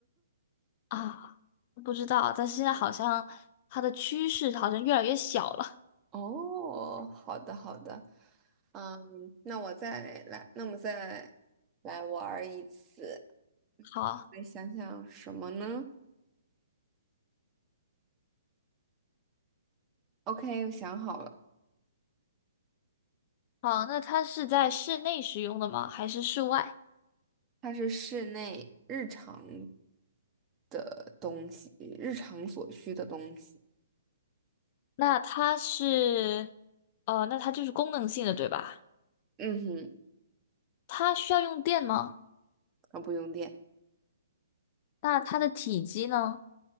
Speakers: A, on the left; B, on the right.
A: <laughs> 啊，不知道，但是现在好像它的趋势好像越来越小了。
B: 哦，好的好的，嗯，那我再来，那我们再来玩儿一次，
A: 好，
B: 来想想什么呢？OK，我想好了，
A: 好，那它是在室内使用的吗？还是室外？
B: 它是室内日常的东西，日常所需的东西。
A: 那它是，呃，那它就是功能性的，对吧？
B: 嗯哼，
A: 它需要用电吗？
B: 啊，不用电，
A: 那它的体积呢？